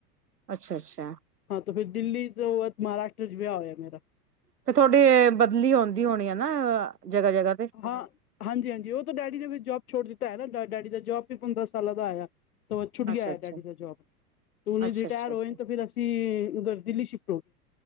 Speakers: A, on the right (about 80°); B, on the left (about 65°).
A: ਅੱਛਾ ਅੱਛਾ
B: ਤੇ ਫੇਰ ਦਿੱਲੀ ਤੋ ਮਹਾਰਾਸ਼ਟਰ ਚ' ਵਿਆਹ ਹੋਇਆ ਮੇਰਾ
A: ਤੇ ਥੋਡੀ ਬਦਲੀ ਆਉਂਦੀ ਹੋਣੀ ਆ ਨਾ ਜਗ੍ਹਾ ਜਗ੍ਹਾ ਤੇ
B: ਹਾਂ ਹਾਂਜੀ ਹਾਂਜੀ ਉਹ ਤਾਂ ਡੈਡੀ ਦੇ ਵਿੱਚ ਜੋਬ ਛੋਟੀ ਤਾਂ ਹੈ ਨਾ ਡ ਡੈਡੀ ਦਾ ਜੋਬ ਵੀ ਪੰਦਰਾਂ ਸਾਲਾਂ ਦਾ ਆਇਆ ਛੁਟ ਗਿਆ
A: ਅੱਛਾ ਅੱਛਾ
B: ਡੈਡੀ ਦਾ ਜੋਬ ਉਹ ਰਿਟਾਇਰ
A: ਅੱਛਾ ਅੱਛਾ
B: ਹੋਏ
A: ਅੱਛਾ
B: ਫਿਰ ਅਸੀਂ ਉਧਰ ਦਿੱਲੀ ਸ਼ਿਫ